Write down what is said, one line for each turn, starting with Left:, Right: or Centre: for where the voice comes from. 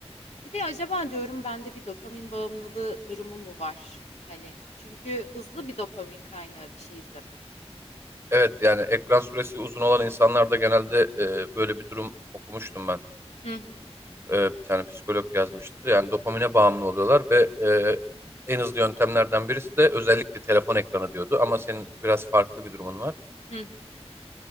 Left: Bir de acaba diyorum bende bir dopamin bağımlılığı durumu mu var? Hani çünkü hızlı bir dopamin kaynağı bir şey izlemek.
Right: Evet yani ekran süresi uzun olan insanlarda genelde e, böyle bir durum okumuştum ben.
Left: Hı hı.
Right: E, bir tane psikolog yazmıştı. Yani dopamine bağımlı oluyorlar ve e, en hızlı yöntemlerden birisi de özellikle telefon ekranı diyordu. Ama senin biraz farklı bir durumun var.
Left: Hı hı.